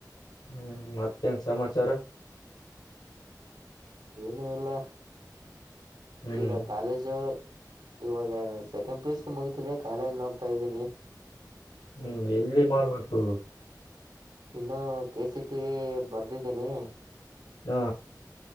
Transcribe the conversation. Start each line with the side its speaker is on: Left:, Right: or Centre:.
Left: ಹ್ಮ್ ಮತ್ತೇನ್ ಸಮಾಚಾರ
Right: ಏನು ಇಲ್ಲ
Left: ಹ್ಮ್
Right: ಈಗ ಕಾಲೇಜು ಇವಾಗ ಸೆಕೆಂಡ್ ಪೀ ಯು ಸಿ ಮುಗಿದಿದೆ ಕಾಲೇಜ್ ನೋಡ್ತಾ ಇದ್ದೀನಿ
Left: ಹ್ಮ್ ಎಲ್ಲಿ ಮಾಡ್ಬೇಕು
Right: ಇನ್ನು ಕೆ ಸಿ ಟಿ ಬರ್ದಿದ್ದೀನಿ
Left: ಹಾ